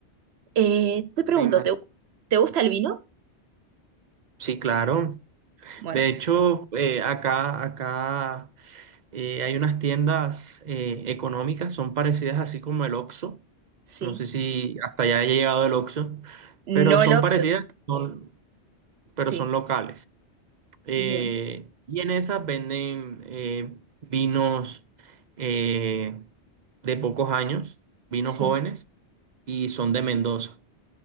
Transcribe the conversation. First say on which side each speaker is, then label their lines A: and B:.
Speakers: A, on the right; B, on the right.
A: Eh, te pregunto,
B: Me imagino
A: ¿te, te gusta el vino?
B: Sí, claro.
A: Bueno,
B: De hecho, eh, acá, acá eh, hay unas tiendas eh, económicas, son parecidas así como el Oxxo.
A: sí.
B: No sé si hasta allá haya llegado el Oxxo,
A: No
B: pero son
A: el Ox,
B: parecidas. Son,
A: sí,
B: pero son locales. Eh,
A: bien,
B: y en esas venden eh, vinos eh, de pocos años, vinos
A: sí.
B: jóvenes, y son de Mendoza.